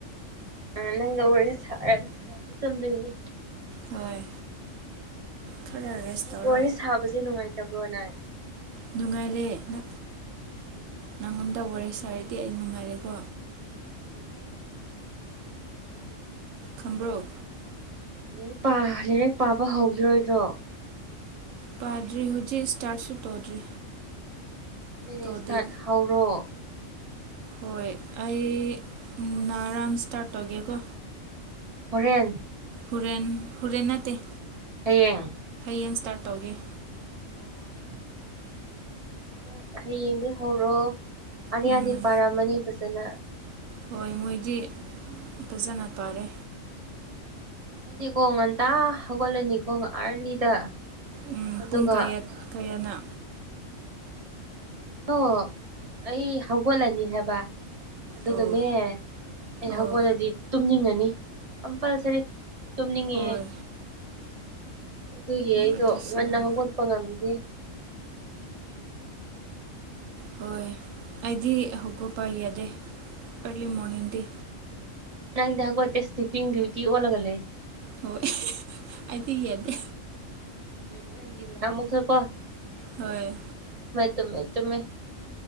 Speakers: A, on the right; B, on the right.
A: ꯑ ꯅꯪꯒ ꯋꯥꯔꯤꯁꯦ ꯁꯥꯔꯒ ꯁꯥꯔꯒ ꯇꯨꯝꯗꯣꯏꯅꯦ
B: ꯍꯣꯏ ꯈꯔ ꯔꯦꯁ
A: ꯑꯩ
B: ꯇꯧꯔꯣ
A: ꯋꯥꯔꯤ ꯁꯥꯕꯁꯦ ꯅꯨꯡꯉꯥꯏꯇꯕ꯭ꯔꯣꯅꯦ
B: ꯅꯨꯡꯉꯥꯏꯔꯦ ꯅ
A: ꯎꯝ
B: ꯅꯪꯉꯣꯟ ꯇꯧꯈꯔꯦ ꯑꯩ ꯁꯥꯔꯗꯤ ꯑꯩ ꯅꯨꯡꯉꯥꯏꯔꯦꯀꯣ
A: ꯎꯝ
B: ꯈꯝꯝꯕ꯭ꯔꯣ
A: ꯂꯥꯏꯛ ꯂꯥꯏꯔꯛ ꯄꯥꯕ ꯍꯧꯈꯤꯔꯣꯏꯗ꯭ꯔꯣ
B: ꯄꯥꯔ꯭ꯔꯤ ꯍꯧꯖꯤꯛ ꯏꯁꯇꯥꯥꯠꯁꯨ ꯇꯧꯗ꯭ꯔꯤ
A: ꯅꯦꯁ
B: ꯇꯧꯗꯦ
A: ꯊꯠ ꯍꯧꯔꯣ
B: ꯍꯣꯏ ꯑꯩ ꯅꯔꯥꯟ ꯏꯁꯇꯥꯔꯠ ꯇꯧꯒꯦꯀꯣ
A: ꯍꯣꯔꯦꯟ
B: ꯍꯔꯦꯟ ꯍꯨꯔꯦꯟꯅꯥꯇꯩ
A: ꯍꯌꯦꯡ
B: ꯌꯦꯟ ꯁ꯭ꯇꯥꯔꯠ ꯇꯧꯒꯦ
A: ꯑꯣ ꯍꯣꯏ ꯍꯌꯦꯡꯗꯒꯤꯩ ꯍꯧꯔꯣ ꯑꯔꯌꯥꯗꯤ
B: ꯎꯝ
A: ꯄꯥꯔꯝꯃꯅꯤ ꯐꯖꯅ
B: ꯍꯣꯏ ꯃꯣꯏꯗꯤ ꯐꯖꯅ ꯄꯥꯔꯦ
A: ꯑꯩꯗꯤꯀꯣ ꯉꯟꯇꯥ ꯍꯧꯒꯠꯂꯅꯤꯀꯣ ꯑꯥꯔꯂꯤꯗ
B: ꯎꯝ
A: ꯑꯗꯨꯒ
B: ꯄꯨꯡ ꯀꯌꯥꯠ ꯀꯌꯥꯠꯅ
A: ꯑꯣ ꯑꯩ ꯍꯧꯒꯠꯂꯅꯤ ꯍꯥꯏꯕ ꯑꯗꯨꯒꯅꯦ
B: ꯑꯣ
A: ꯑꯩ
B: ꯑꯣ
A: ꯍꯧꯒꯠꯂꯗꯤ ꯇꯨꯝꯅꯤꯡꯉꯅꯤ ꯀꯝꯄꯜꯁꯔꯤ ꯇꯨꯝꯅꯤꯡꯉ
B: ꯍꯣꯏ
A: ꯑꯗꯨꯒꯤ ꯑꯩꯗꯣ
B: ꯑꯗꯨꯁꯨ
A: ꯉꯟꯅ
B: ꯍꯣꯏ
A: ꯍꯧꯒꯠꯄ ꯉꯝꯗꯦ
B: ꯍꯣꯏ ꯑꯩꯗꯤ ꯍꯧꯒ ꯄꯥ ꯌꯥꯗꯦ ꯑꯔꯂꯤ ꯃꯣꯔꯅꯤꯡꯗꯤ
A: ꯅꯪꯗꯒꯣꯠꯇꯦ ꯏꯁꯇꯤ ꯄꯤꯡ ꯗ꯭ꯨꯇꯤ ꯑꯣ ꯂꯒꯂꯦ
B: ꯍꯣꯏ ꯑꯩꯗꯤ ꯌꯥꯗꯦ
A: ꯎꯝ ꯅꯪꯤꯟ ꯅꯃꯒꯁꯨꯣꯄꯣ
B: ꯍꯣꯏ
A: ꯇꯨꯝꯃꯦ ꯇꯨꯝꯃꯦ